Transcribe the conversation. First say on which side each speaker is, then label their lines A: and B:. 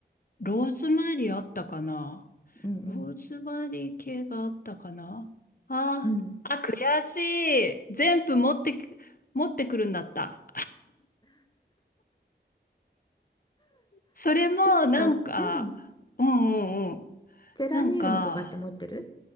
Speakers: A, on the left; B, on the left.
A: ローズマリーあったかな
B: うん
A: ローズマリー系があったかなあー、
B: うん。うん。
A: あ、悔しい。全部持ってき、持ってくるんだった。それもなんか、
B: そっか。うん。
A: うんうんうん。
B: ゼラニウムとかって持ってる
A: なんか、